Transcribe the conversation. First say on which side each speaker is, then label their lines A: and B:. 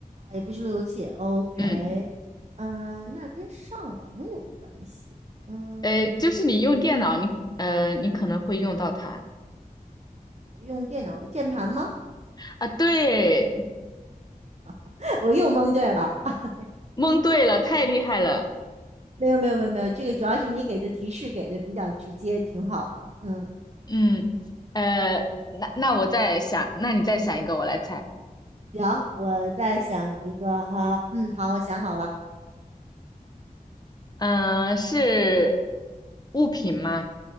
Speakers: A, on the right; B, on the left.
A: 也不是路由器。OK，
B: 嗯，
A: 嗯、呃那跟上网有关系。嗯，
B: 呃，就是你用电脑，你呃，你可能会用到它
A: 用电脑键盘吗？
B: 啊。对，
A: <laughs> 我又蒙对了。<laughs>
B: 蒙对了，太厉害了。
A: 没有没有没有没有，这个主要是你给的提示给的比较直接，挺好的。嗯
B: 嗯，呃，那那我再想，那你再想一个，我来猜。
A: 行，我再想一个哈，嗯，好，我想好了，
B: 嗯、呃是物品吗？